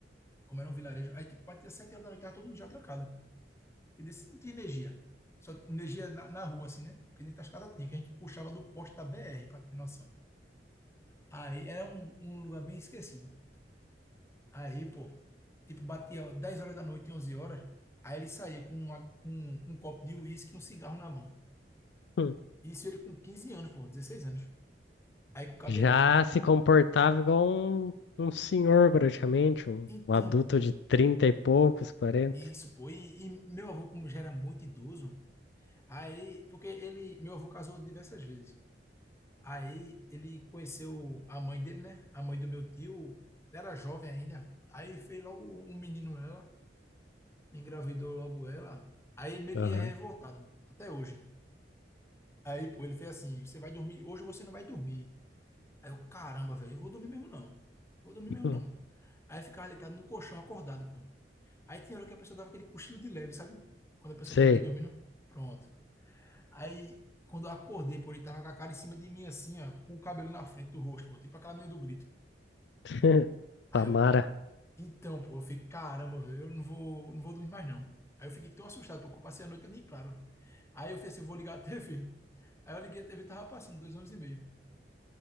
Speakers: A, on the left; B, on the left.
A: como era um vilarejo, aí, tipo, batia 7 horas da noite, tava todo mundo já trancado. Entendeu? Se Não tinha energia. Só tinha energia na, na rua, assim, né? Porque dentro das casas tinha, que a gente puxava do poste da BR, pra ter noção. Aí era um, um lugar bem esquecido. Aí, pô, tipo, batia 10 horas da noite, 11 horas. Aí ele saía com, uma- com um copo de uísque e um cigarro na mão.
B: Hum.
A: Isso ele com 15 anos, pô, 16 anos. Aí com o cabelo
B: Já
A: longo.
B: se comportava igual um, um senhor, praticamente, um,
A: Então,
B: um adulto
A: pô,
B: de trinta e poucos, quarenta
A: isso, pô. E, e meu avô, como já era muito idoso, aí, porque ele, meu avô casou diversas vezes. Aí ele conheceu a mãe dele, né? A mãe do meu tio era jovem ainda. Aí fez logo um menino nela, engravidou logo ela. Aí ele meio
B: Aham.
A: que é revoltado, até hoje. Aí, pô, ele fez assim: você vai dormir, hoje você não vai dormir. Aí eu, caramba, velho, eu vou dormir mesmo não. Vou dormir mesmo
B: Hum.
A: não. Aí ficava deitado no colchão, acordado, pô. Aí tinha hora que a pessoa dava aquele cochilo de leve, sabe? Quando a pessoa
B: Sei.
A: tá meio dormindo. Pronto. Aí, quando eu acordei, pô, ele tava com a cara em cima de mim, assim, ó, com o cabelo na frente do rosto, pô, tipo aquela menina do grito.
B: <laughs>
A: Aí
B: Tamara.
A: eu, então, pô, eu fiquei, caramba, velho, eu não vou, não vou dormir mais não. Aí eu fiquei tão assustado, porque eu passei a noite nem claro. Aí eu fiz assim, eu vou ligar a TV. Aí eu liguei a TV, e tava passando dois anos e meio.